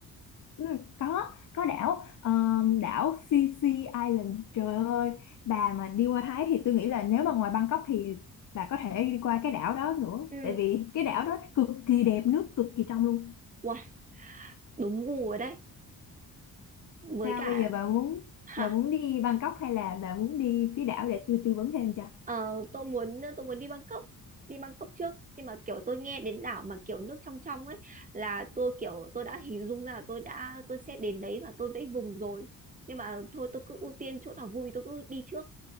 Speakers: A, on the left (about 55°); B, on the right (about 20°).
A: Ừ, có có đảo ờ, đảo Phi Phi Island trời ơi bà mà đi qua Thái thì tôi nghĩ là nếu mà ngoài Bangkok thì bà có thể đi qua cái đảo đó nữa
B: Ừ,
A: tại vì cái đảo đó cực kỳ đẹp nước cực kỳ trong luôn
B: wow, đúng gu rồi đấy. Với
A: sao
B: cả
A: bây giờ bà muốn
B: <laughs>
A: bà muốn đi Bangkok hay là bà muốn đi phía đảo để tôi tư vấn thêm cho
B: Ờ, tôi muốn tôi muốn đi Bangkok đi Bangkok trước nhưng mà kiểu tôi nghe đến đảo mà kiểu nước trong trong ấy là tôi kiểu tôi đã hình dung ra là tôi đã tôi sẽ đến đấy và tôi vẫy vùng rồi nhưng mà thôi tôi cứ ưu tiên chỗ nào vui tôi cứ đi trước